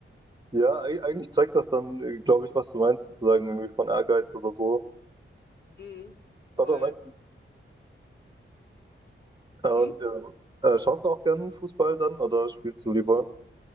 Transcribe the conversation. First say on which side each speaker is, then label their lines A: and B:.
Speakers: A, on the right; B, on the left.
A: Ja, eig- eigentlich zeigt das dann, glaube ich, was du meinst, sozusagen irgendwie von Ehrgeiz oder so.
B: Mhm,
A: Oder
B: voll.
A: meinst du? Äh, und,
B: Hm?
A: äh, äh, schaust du auch gerne Fußball dann oder spielst du lieber?